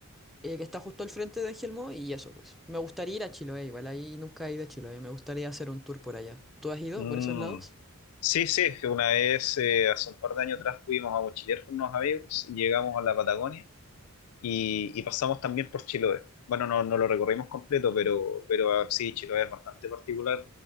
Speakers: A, in the centre; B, on the left.
A: eh, que está justo al frente de Ángel Mo, y eso pues. Me gustaría ir a Chiloé, igual ahí nunca he ido a Chiloé, me gustaría hacer un tour por allá. ¿Tú has ido
B: Mm,
A: por esos lados?
B: Sí, sí, que una vez, eh, hace un par de años atrás, fuimos a mochilear con unos amigos y llegamos a la Patagonia y, y pasamos también por Chiloé. Bueno, no, no lo recorrimos completo, pero, pero ah, sí, Chiloé es bastante particular.